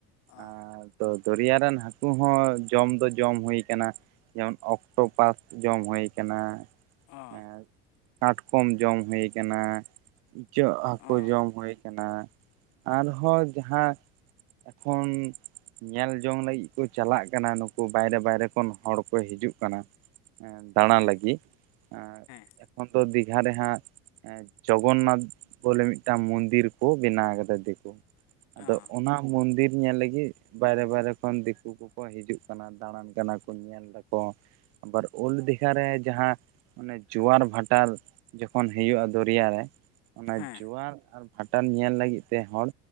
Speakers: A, on the left; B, on the right.
A: ᱚ
B: ᱟᱨ ᱛᱚ ᱫᱚᱨᱭᱟ ᱨᱮᱱ ᱦᱟᱹᱠᱩ ᱦᱚᱸ ᱡᱚᱢ ᱫᱚ ᱡᱚᱢ ᱦᱳᱭ ᱠᱟᱱᱟ ᱡᱮᱢᱚᱱ ᱚᱠᱴᱳ ᱯᱟᱥ ᱡᱚᱢ ᱦᱳᱭ ᱠᱟᱱᱟ᱾
A: ᱚ
B: ᱦᱮᱸ ᱠᱟᱴᱠᱚᱢ ᱡᱚᱢ ᱦᱳᱭ ᱠᱟᱱᱟ᱾ ᱤᱪᱟᱹᱜ ᱦᱟᱹᱠᱳ
A: ᱚ
B: ᱡᱚᱢ ᱦᱳᱭ ᱠᱟᱱᱟ ᱟᱨᱦᱚᱸ ᱡᱟᱦᱟᱸ ᱮᱠᱷᱚᱱ ᱧᱮᱞ ᱡᱚᱝ ᱞᱟᱹᱜᱤᱫ ᱠᱚ ᱪᱟᱞᱟᱜ ᱠᱟᱱᱟ᱾ ᱱᱩᱠᱩ ᱵᱟᱭᱨᱮ ᱵᱟᱭᱨᱮ ᱠᱷᱚᱱ ᱦᱚᱲ ᱠᱚ ᱦᱤᱡᱩᱜ ᱠᱟᱱᱟ᱾ ᱫᱟᱬᱟ
A: ᱦᱮᱸ
B: ᱞᱟᱹᱜᱤᱫ ᱟᱨ
A: ᱦᱮᱸ
B: ᱮᱠᱷᱚᱱ ᱫᱚ ᱫᱤᱜᱷᱟ ᱨᱮ ᱦᱟᱸᱜ ᱮᱸ ᱡᱚᱜᱚᱱᱱᱟᱛᱷ ᱵᱚᱞᱮ ᱢᱤᱫᱴᱟᱝ ᱢᱚᱱᱫᱤᱨ ᱠᱚ ᱵᱮᱱᱟᱣ ᱠᱟᱫᱟ ᱫᱮᱠᱳ, ᱟᱫᱚ
A: ᱚ
B: ᱚᱱᱟ ᱢᱚᱱᱫᱤᱨ ᱧᱮᱞ ᱞᱟᱹᱜᱤᱫ ᱵᱟᱭᱨᱮ ᱵᱟᱭᱨᱮ ᱠᱷᱚᱱ ᱫᱤᱠᱩ ᱠᱚ ᱠᱚ ᱦᱤᱡᱩᱜ ᱠᱟᱱᱟ ᱫᱟᱬᱟᱱ ᱠᱟᱱᱟ ᱠᱚ ᱧᱮᱞ ᱫᱟᱠᱚ ᱟᱵᱟᱨ ᱳᱞᱰ ᱫᱤᱜᱷᱟ ᱨᱮ ᱡᱟᱦᱟᱸ ᱚᱱᱮ ᱡᱳᱣᱟᱨ ᱵᱷᱟᱴᱟᱨ ᱡᱚᱠᱷᱚᱱ ᱦᱮᱭᱟᱹᱜᱼᱟ ᱫᱚᱨᱭᱟ ᱨᱮ, ᱚᱱᱟ
A: ᱦᱮᱸ
B: ᱡᱳᱣᱟᱨ ᱟᱨ ᱵᱷᱟᱴᱟᱱ ᱧᱮᱞ ᱞᱟᱹᱜᱤᱫ ᱛᱮ ᱦᱚᱲ